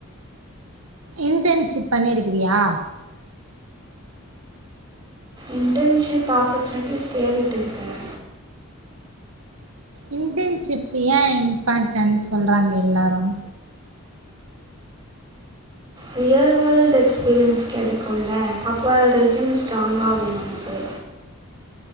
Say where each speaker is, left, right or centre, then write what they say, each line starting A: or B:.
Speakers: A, on the right; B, on the right.
A: இன்டன்ஷிப் பண்ணிருக்கிறியா
B: இன்டன்ஷிப் ஆப்பர்ச்சுனிட்டிஸ் தேடிட்டு இருக்கேன்
A: இன்டன்ஷிப் ஏன் இம்பாட்டன் சொல்றாங்க எல்லாரும்
B: ரியல் வேர்ல்ட் எக்ஸ்பீரியன்ஸ் கெடைக்குல்ல அப்போ ரெசூம் ஸ்ட்ராங்க் ஆகும் நமக்கு